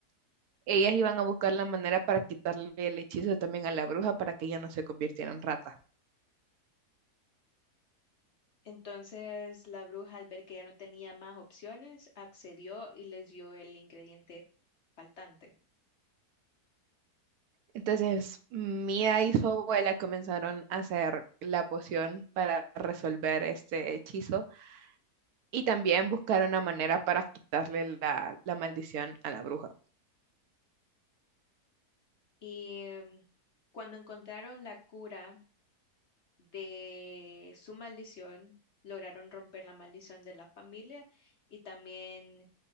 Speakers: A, on the right; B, on the left.
A: ellas iban a buscar la manera para quitarle el hechizo también a la bruja para que ella no se convirtiera en rata.
B: Entonces la bruja, al ver que ya no tenía más opciones, accedió y les dio el ingrediente faltante.
A: Entonces, Mia y su abuela comenzaron a hacer la poción para resolver este hechizo Y también buscar una manera para quitarle la, la maldición a la bruja.
B: Y em, cuando encontraron la cura de su maldición, lograron romper la maldición de la familia y también